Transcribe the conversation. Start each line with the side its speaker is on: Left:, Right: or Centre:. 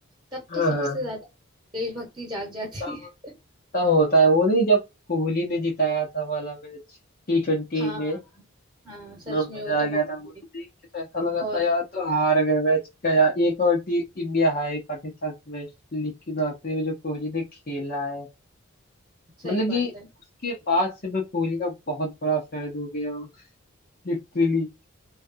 Right: तब
Left: हाँ
Right: तो सबसे
Left: हाँ,
Right: ज्यादा देशभक्ति जाग जाती
Left: तब
Right: है <laughs>
Left: तब होता है वो नहीं जब कोहली ने जिताया था वाला मैच टी ट्वेंटी
Right: हाँ
Left: में
Right: हाँ सच
Left: इतना
Right: में
Left: मजा
Right: वो तो
Left: आ गया
Right: बहुत
Left: था वो
Right: बड़ी
Left: तो देख के तो ऐसा लगा
Right: बहुत
Left: था यार तो हार गए मैच का यार एक और टी इंडिया हारी पाकिस्तान के मैच लेकिन आखिरी में जो कोहली ने खेला है
Right: सही
Left: मतलब
Right: बात
Left: कि
Right: है
Left: उसके बाद से मैं कोहली का बहुत बड़ा फैन हो गया हूँ लिटरली